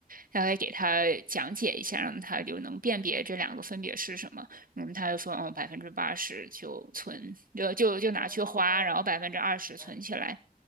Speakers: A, on the right; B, on the left.
A: 大概给他讲解一下，让他就能辨别这两个分别是什么。嗯，他就说，嗯，百分之八十就存，就就就拿去花，
B: 哦，
A: 然后百分之二十存起来。
B: 明白，